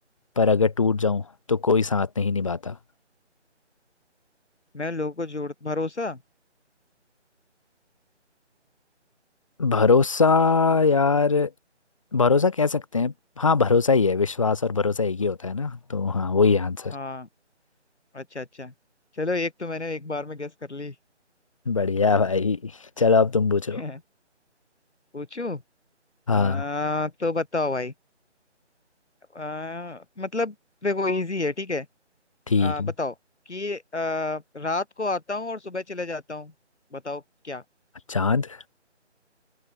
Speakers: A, on the left; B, on the left.
A: पर अगर टूट जाऊं तो कोई साथ नहीं निभाता
B: मैं लोगों को जोड़ भरोसा
A: भरोसा यार भरोसा कह सकते हैं हाँ भरोसा ही है विश्वास और भरोसा एक ही होता है ना तो हाँ वही आंसर
B: हाँ अच्छा अच्छा चलो एक तो मैंने एक बार में गेस कर ली
A: बढ़िया भाई चलो अब तुम पूछो
B: <laughs> पूछू
A: हाँ
B: आ, तो बताओ भाई आ, मतलब देखो इजी है ठीक है
A: ठीक
B: आ, बताओ
A: है
B: कि आ, रात को आता हूँ और सुबह चले जाता हूँ बताओ क्या
A: चांद